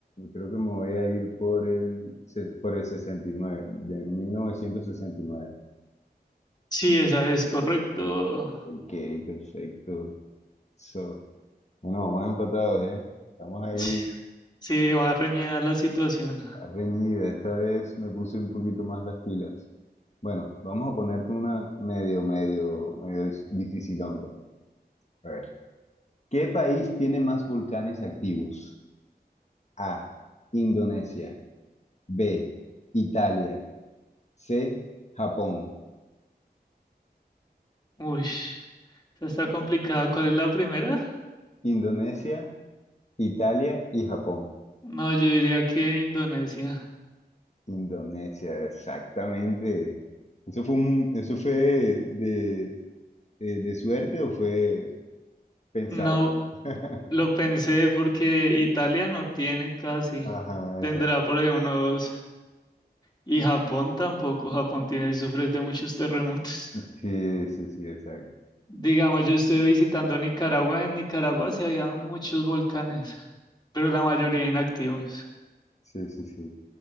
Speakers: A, on the left; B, on the left.
A: creo que me voy a ir por el, se- por el sesenta y nueve de 1969.
B: Sí, esa es correcto.
A: Ok, perfecto. So, bueno, vamos empatados, ¿eh? Estamos
B: <sniffs>
A: ahí
B: Sí, va a reñir la situación.
A: Reñida, esta vez me puse un poquito más las pilas. Bueno, vamos a ponerte una medio, medio, medio dis- difícil onda. A ver. ¿Qué país tiene más volcanes activos? A. Indonesia. B. Italia. C. Japón.
B: Uy, esa está complicado. ¿Cuál es la primera?
A: Indonesia, Italia y Japón.
B: No, yo diría que Indonesia.
A: Indonesia, exactamente. ¿Eso fue un- eso fue de, eh, de suerte o fue pensado?
B: No,
A: <laughs>
B: lo pensé porque Italia no tiene casi.
A: Ajá,
B: Tendrá por ahí unos Y Japón tampoco. Japón tiene, sufre de muchos terremotos.
A: Sí, sí, sí, exacto.
B: <laughs> Digamos, yo estuve visitando Nicaragua. En Nicaragua sí había muchos volcanes, pero la mayoría inactivos.
A: Sí, sí, sí.